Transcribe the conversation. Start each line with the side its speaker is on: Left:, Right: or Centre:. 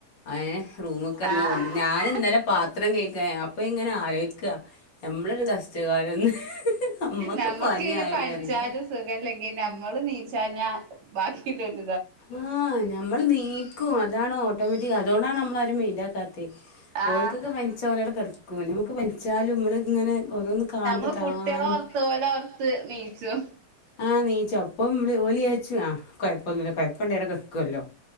Left: ഏ റൂമ്ക്ക് തന്നെ
Right: ആഹ്
Left: കൊ ഞാൻ ഇന്നലെ പാത്രം കഴുകാ അപ്പം ഇങ്ങനെ ആലോ ടുക്കാ നമ്മളൊരു കഷ്ടകാലംന്ന് നമ്മക്ക്
Right: നമുക്ക്
Left: പനി
Right: ഇനി
Left: ആയാലോ
Right: പനിച്ചാലും
Left: എന്താ
Right: സുഖം ഇല്ലെങ്കി നമ്മള് നീച്ചാ തന്നെ ബാക്കി കിട്ടും
Left: ആഹ് ഞമ്മൾ നീക്കും അതാണ് ഓ ട്ടോമാറ്റിക് അതോണ്ടാണ് നമ്മളാരും മൈൻഡ് ആക്കാത്തെ ത്തെ
Right: ആഹ്
Left: ഓൽക്കൊക്കെ പനിച്ചാ ഓലവിടെ കിടക്കും ന ഒക്കെ പനിച്ചാലും നമ്മള് ഇങ്ങനെ ഓരോന്ന് കാണുമ്പോ
Right: നമ്മള്
Left: താനും
Right: കുട്ടികള് ഓർത്ത ഓലെ ഓർത്ത് നീയിച്ചും
Left: ആ നീചോം പ്പം മ്മള് ഓലിയാര്ചും ആ കൊയപൊന്നുല്ല കൊയപ്പണ്ടേലടെ കൊ ല്ലോ